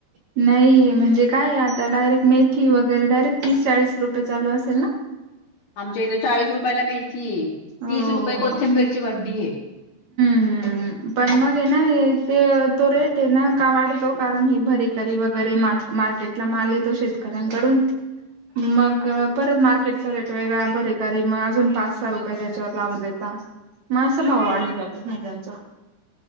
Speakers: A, on the right (about 55°); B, on the left (about 50°).
A: नाही म्हणजे काय आता डायरेक्ट मेथी वगैरे डायरेक्ट तीस चाळीस रुपये चालू असेल ना.
B: आमच्या इथे चाळीस रुपयाला मेथी आहे
A: हो
B: तीस रुपये कोथिंबीरची खड्डी आहे.
A: हम्म पण मग ये ना हे. ते तो रेट आहे ना का वाढतो कारण हे भरीकरी वगैरे मार्केटला माल येतो शेत. णकडून. मग परत मार्केटचा रेट वेगळा बरे कररी मग अजून पाच सहा रुपय. त्याच्यावर लावून देता मगा भाव वाढून जातो भाज्याचा.